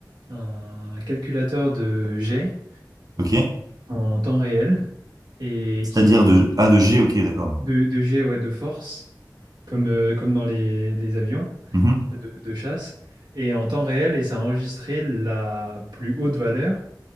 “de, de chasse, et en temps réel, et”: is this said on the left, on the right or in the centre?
Right